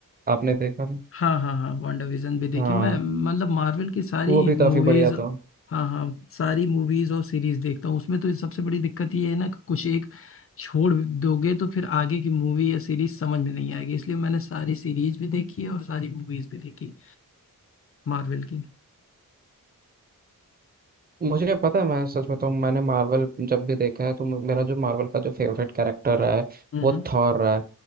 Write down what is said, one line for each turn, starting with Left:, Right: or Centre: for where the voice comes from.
Right: आपने देखा था?
Left: हाँ हाँ हाँ वांडा विजन भी देखी
Right: हाँ
Left: मैं मतलब मार्वल की सारी
Right: वो भी
Left: मूवीज
Right: काफी बढ़िया था
Left: हाँ हाँ सारी मूवीज और सीरीज देखता हूँ उसमें तो सबसे बड़ी दिक्कत ये है ना कि कुछ एक छोड़ दोगे तो फिर आगे की मूवी या सीरीज समझ में नहीं आएगी इसलिए मैंने सारी सीरीज भी देखी है और सारी मूवीज भी देखी मार्वल की
Right: मुझे पता है मैं सच बताऊं मैंने मार्वल जब भी देखा है तो म- मेरा जो मार्वल का जो फेवरेट कैरेक्टर रहा है
Left: हम्म
Right: वो थॉर रहा है